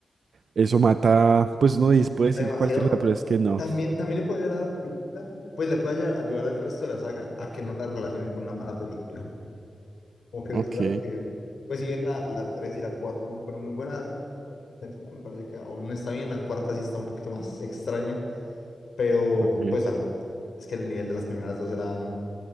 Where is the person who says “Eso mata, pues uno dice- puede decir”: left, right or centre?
Right